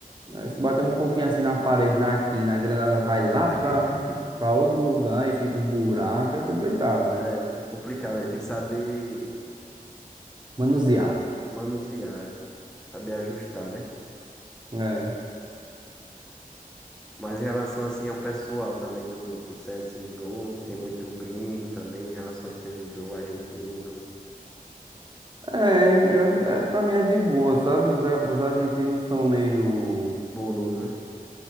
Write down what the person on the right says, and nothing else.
eh, se bater um pouquinho assim na parede, na quina, a granada vai lá pra,
pra outro lugar e fica um buraco, é complicado.
Manusear.
né?
É, é, pra mim é de boa, sabe? Os, a- os argentinos são meio,